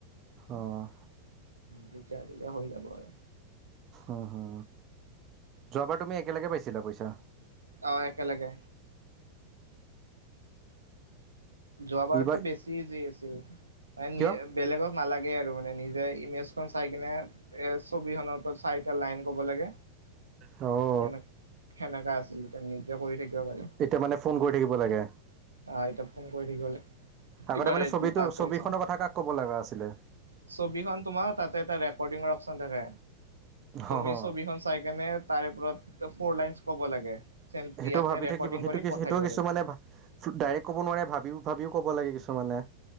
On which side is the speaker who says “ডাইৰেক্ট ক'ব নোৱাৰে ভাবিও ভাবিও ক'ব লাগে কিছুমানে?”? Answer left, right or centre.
Right